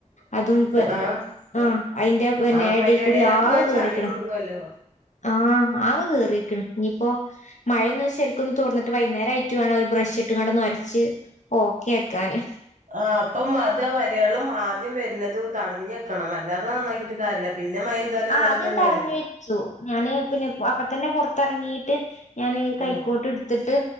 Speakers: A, on the left (about 65°); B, on the right (about 70°).
A: അതും
B: ആഹ്
A: ആഹ് അതിന്റെ
B: ആഹ്
A: നേട
B: അപ്പൊ അയിന്റെ
A: കൂടി
B: എടേലൊക്കെ
A: ആകെ
B: ചളി
A: കേറിക്കണ്
B: കുടുങ്ങുവല്ലോ
A: ആഹ് ആകെ കേറിക്കണ് ഇനി പ്പൊ മഴയൊന്ന് ശരിക്കും തോർന്നിട്ട് വൈകുന്നേരം ആയിട്ട് വേണം ഒരു ബ്രഷ ഇട്ടും <unintelligible> ഒന്നൊരച്ചു ഓക്കെ ആക്കാന്
B: ആ അപ്പം അത് വരവെള്ളം ആദ്യം വരുന്നത് തടഞ്ഞ വെക്കണം അല്ലാതെ നന്നാക്കീട്ട് കാര്യല്ല പിന്നെ മഴെയ്താലും
A: ആഹ്
B: അങ്ങനെ
A: അത്
B: തന്നെയല്ലേ
A: തടഞ്ഞ വെച്ചു ഞാന് പിന്നെ അപ്പ തന്നെ പുറത്തിറങ്ങിയിട്ട് ഞാൻ കൈക്കോട്ട്
B: ആഹ്
A: എടുത്തിട്ട്